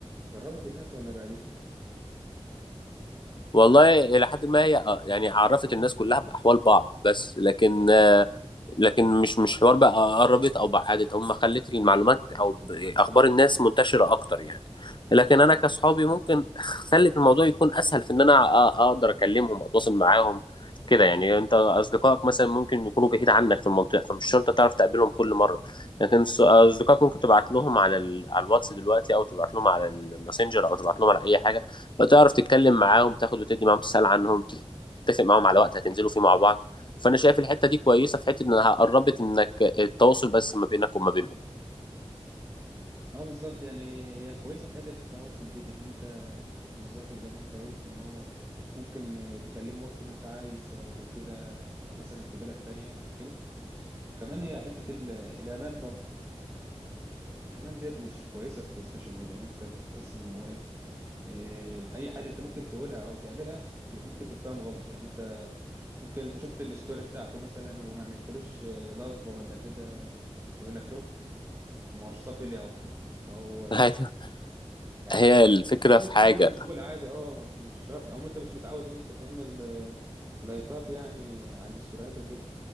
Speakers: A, on the right; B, on the left.
A: قربت الناس ولا بعدتهم
B: والله إلى حد ما هي آه، يعني عرفت الناس كلها بأحوال بعض بس لكن لكن مش مش حوار بقى قربت او بعدت هم خلت المعلومات او ب- اخبار الناس منتشره اكتر يعني لكن انا كصحابي ممكن خلت الموضوع يكون اسهل في ان انا أ- اقدر اكلمهم اتواصل معاهم كده يعني انت اصدقائك مثلا ممكن يكونوا بعيد عنك في المنطقه فمش شرط تعرف تقابلهم كل مره لكن ص- اصدقائك ممكن تبعت لهم على ال... على الواتس دلوقتي او تبعت لهم على الماسنجر او تبعت لهم على اي حاجه فتعرف تتكلم معاهم تاخد وتدي معاهم تسال عنهم تتفق معاهم على وقت هتنزلوا فيه مع بعض فانا شايف الحته دي كويسه في حته انها قربت انك التواصل بس ما بينك وما بينهم
A: اه بالظبط يعني هي كويسه في حته التواصل ديت ان انت بالظبط زي ما انت قلت ان هو ممكن آه، تكلمه وقت ما انت عايز او كده او مثلا في بلد تانية او كده كمان هي حته ال- الامان برضه الامان ديت مش كويسه في السوشيال ميديا يعني انت كنت تحس ان هو ايه آه، اي حاجه انت ممكن تقولها او تعملها بت- ممكن تتفهم غلط يعني انت ممكن انت شفت الستوري بتاعته مثلا وما عملتلوش لاف ولا كده يقول لك شوف ما هوش صافي لي او
B: <laughs> ايوه
A: يعني
B: هي
A: انت
B: الفكره
A: عادي ممكن
B: في
A: ممكن
B: حاجه
A: تكون مشغول عادي اه مش شرط او انت مش متعود ان انت تعمل آه، لايكات يعني على الاستوريات وكده